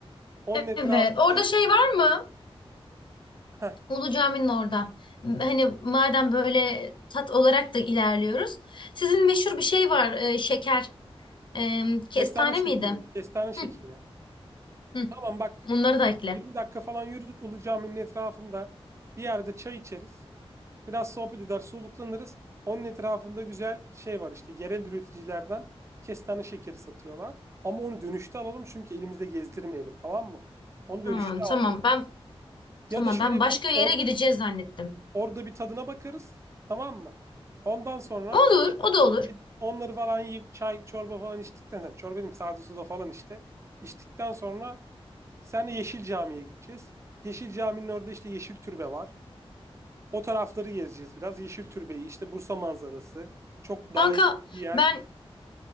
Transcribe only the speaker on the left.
Evet. Orada şey var mı?
Ulu Cami'nin orada. Hani madem böyle tat olarak da ilerliyoruz. Sizin meşhur bir şey var. e, şeker. E, kestane
miydi?
Hı hı.
Onları da ekle.
Ha,
tamam. Ben
Tamam
ben
başka yere
gideceğiz zannettim.
Olur, o da olur.
Kanka
ben